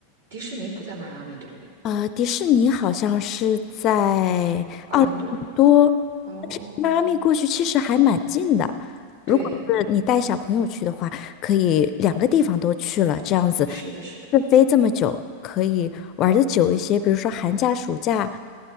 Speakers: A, on the right; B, on the left.
A: 迪士尼不在迈阿密，对不对？
B: 呃，迪士尼好像是在
A: 奥兰多。
B: 多，
A: 哦，
B: 但是迈阿密过去其实还蛮近的。如果是你带小朋友去的话，
A: 对，
B: 可以两个地方都去了，这样子
A: 是的，是的，
B: 自飞这么久，可以玩的久一些。比如说寒假、暑假，